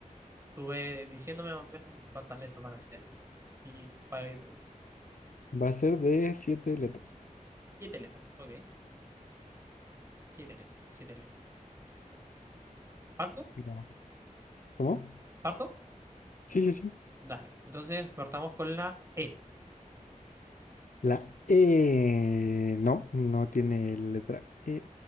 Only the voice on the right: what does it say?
Estuve diciéndome más o menos cuántas letras van a ser. Y para ir.
Siete letras. Ok. Siete letras. Siete letras. ¿Parto?
¿Parto?
Dale. Entonces partamos con la E.